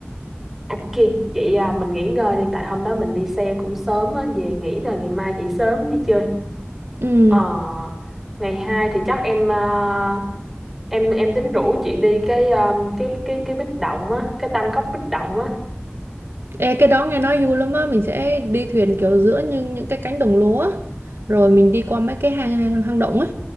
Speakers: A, in the centre; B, on the right.
A: ok vậy à, mình nghỉ ngơi đi tại hôm đó mình đi xe cũng sớm á về nghỉ rồi ngày mai dậy sớm đi chơi
B: ừ
A: Ờ, ngày 2 thì chắc em ờ, em em tính rủ chị đi cái um, cái cái cái Bích Động á, cái Tam Cốc Bích Động á.
B: Ê, cái đó nghe nói vui lắm á mình sẽ đi thuyền kiểu giữa những những cái cánh đồng lúa á. rồi mình đi qua mấy cái hang hang, hang động ấy